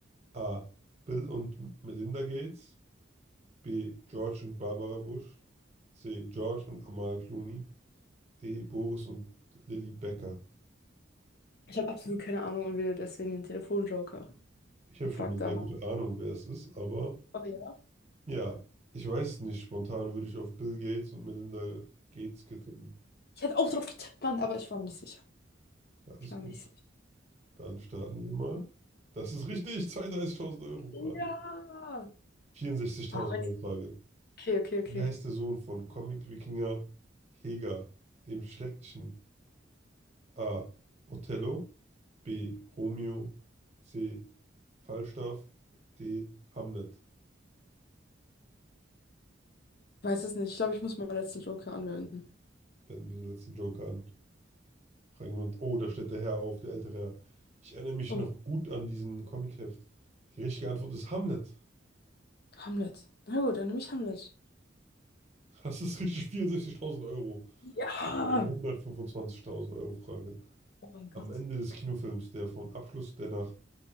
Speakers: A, on the right (about 35°); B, on the left (about 55°).
A: A. Bill und Melinda Gates. B. George und Barbara Bush. C. George und Amal Clooney. D. Boris und Lilly Becker.
B: Ich habe absolut keine Ahnung und wähle deswegen den Telefonjoker
A: Ich habe
B: und
A: schon
B: frag
A: eine sehr
B: da mal.
A: gute Ahnung, wer es ist, aber
B: Oh ja.
A: ja, ich weiß es nicht. Spontan würde ich auf Bill Gates und Melinda Gates tippen.
B: Ich hätte auch drauf getippt, Mann, aber ich war mir nicht sicher.
A: Ja, alles
B: Ich war
A: gut.
B: mir nicht sicher.
A: Dann starten wir mal. Das ist richtig. <laughs> 32.000 Euro Frage.
B: Ja.
A: 64.000
B: Ah, heute.
A: Euro Frage.
B: Okay, okay, okay.
A: Wie heißt der Sohn von Comic-Wikinger Heger, dem Schrecklichen? A. Othello. B. Romeo. C. Falstaff. D. Hamlet.
B: weiß es nicht. Ich glaube, ich muss meinen letzten Joker anwenden.
A: Wenden wir den letzten Joker an. Fragen jemand, oh, da steht der Herr auf, der ältere Herr. Ich erinnere mich
B: Oh,
A: noch gut an diesen Comicheft. Die richtige Antwort ist Hamlet.
B: Hamlet. Na gut, dann nehme ich Hamlet.
A: Das ist richtig 64.000 Euro.
B: Ja.
A: Bei der 125.000 Euro Frage.
B: Oh mein Gott.
A: Am Ende des Kinofilms, der von Abschluss der nach